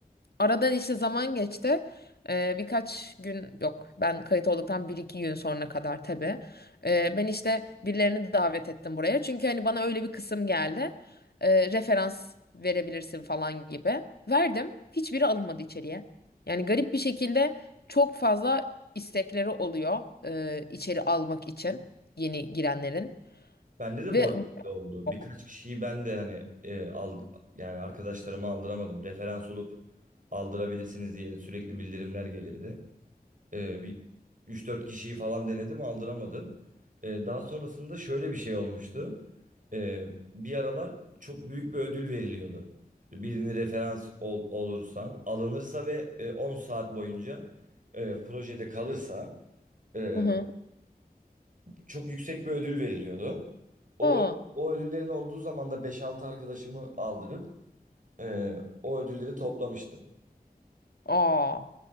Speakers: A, on the left; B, on the right.
A: Aradan işte zaman geçti. Ee, birkaç gün yok ben kayıt olduktan bir iki gün sonra kadar tabii. Ee, ben işte birilerini davet ettim buraya. Çünkü hani bana öyle bir kısım geldi. Ee, referans verebilirsin falan gibi. Verdim. Hiçbiri alınmadı içeriye. Yani garip bir şekilde çok fazla istekleri oluyor e, içeri almak için yeni girenlerin.
B: Bende de
A: Ve
B: bu arada öyle oldu.
A: yok.
B: Birkaç kişiyi ben de hani e, al, yani arkadaşlarıma aldıramadım. Referans olup aldırabilirsiniz diye sürekli bildirimler gelirdi. Ee, bir 3-4 kişiyi falan denedim aldıramadım. Ee, daha sonrasında şöyle bir şey olmuştu. Ee, bir aralar çok büyük bir ödül veriliyordu. Birini referans ol- olursan alınırsa ve e, 10 saat boyunca e, projede kalırsa e,
A: Hı hı.
B: çok yüksek bir ödül veriliyordu. O,
A: Aa.
B: ö- o ödüllerin olduğu zaman da 5-6 arkadaşımı aldırıp e, o ödülleri toplamıştım.
A: Aa.